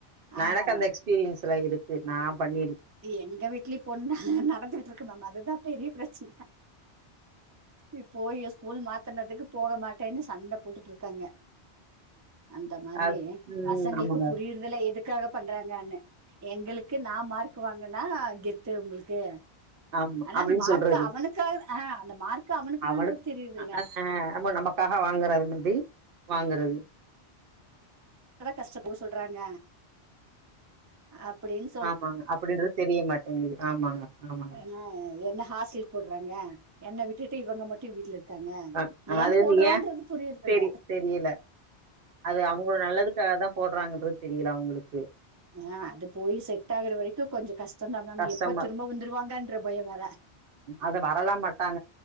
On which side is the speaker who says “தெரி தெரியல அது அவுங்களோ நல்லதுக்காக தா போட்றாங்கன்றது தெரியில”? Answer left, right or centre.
Right